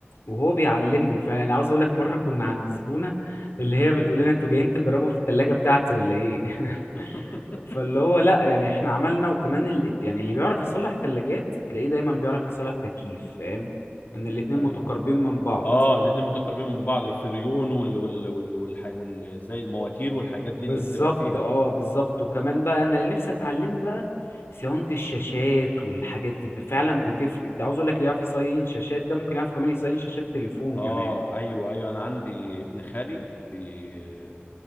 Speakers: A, on the left; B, on the left.
A: وهو بيعلمني فعلا يعني عاوز اقول لك مره كنا عند زبونه اللي هي بتقول
B: ايوه
A: لنا انتوا جايين تجربوا في الثلاجه بتاعتي ولا ايه <laughs>
B: <laughs>
A: فاللي هو لا يعني احنا عملنا وكمان ال... يعني اللي بيعرف يصلح ثلاجات تلاقيه دايما بيعرف يصلح تكييف فاهم ان الاتنين
B: ايوه
A: متقاربين من بعض
B: اه الاتنين متقاربين من بعض فريون وال وال وال والح... وال زي المواتير والحاجات دي
A: بالظبط
B: اللي بتبقى فيها
A: اه بالظبط وكمان بقى انا اللي نفسي اتعلمه بقى صيانة الشاشات والحاجات دي ب- فعلا بتفرق انت عاوز اقول لك اللي يعرف يصين شاشات ده ممكن يعرف كمان يصين شاشات تليفون
B: اه
A: كمان
B: ايوه ايوه انا عندي ابن خالي بي...